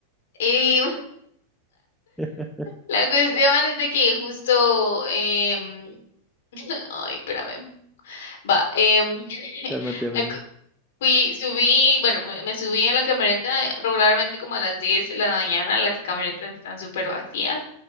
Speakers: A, on the left; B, in the centre.
A: Y
B: <laughs>
A: La cuestión es de que justo, em, ay, espérame, va, em, <laughs>
B: Realmente, amigo.
A: la cu- fui, subí, bueno, me, me subí en la camioneta eh, regularmente como a las 10 de la mañana, las camionetas están súper vacías,